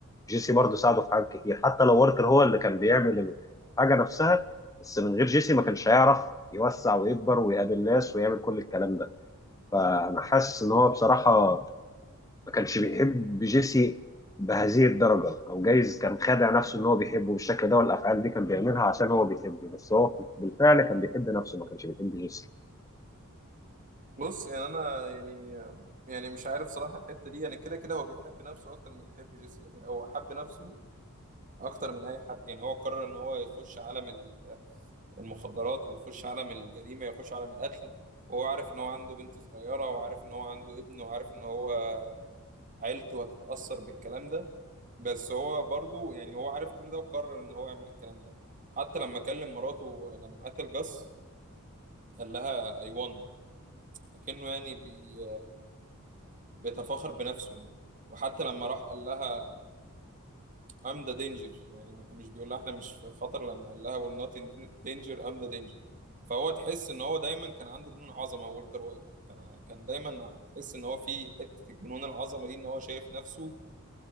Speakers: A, on the left; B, on the right.
A: جيسي برضه ساعده في حاجات كتير حتى لو واركر هو اللي كان بيعمل الحاجه نفسها بس من غير جيسي ما كانش هيعرف يوسع ويكبر ويقابل ناس ويعمل كل الكلام ده فانا حاسس ان هو بصراحه ما كانش بيحب جيسي بهذه الدرجه او جايز كان خادع نفسه ان هو بيحبه بالشكل ده والافعال دي كان بيعملها عشان هو بيحبه بس هو بالفعل كان بيحب نفسه ما كانش بيحب جيسي
B: بص يعني انا يعني يعني مش عارف صراحة الحتة دي يعني كده كده هو بيحب نفسه اكتر ما بيحب جيسي هو حب نفسه اكتر من اي حد يعني هو قرر ان هو يخش عالم المخدرات ويخش عالم الجريمة يخش عالم القتل وهو عارف ان هو عنده بنت صغيرة وعارف ان هو عنده ابن وعارف ان هو عيلته هتتأثر بالكلام ده بس هو برضو يعني هو عارف كل ده وقرر ان هو يعمل الكلام ده حتى لما كلم مراته لما قتل جاس قال لها I won فكأنه يعني بي... بيتفاخر بنفسه يعني وحتى لما راح قال لها ام ذا دينجر يعني ما كان مش بيقول لها احنا مش في خطر لما قال لها وير نوت ان دينجر ام ذا دينجر فهو تحس ان هو دايما كان عنده جنون عظمه والتر وايت كان كان دايما تحس ان هو في حته الجنون العظمه دي ان هو شايف نفسه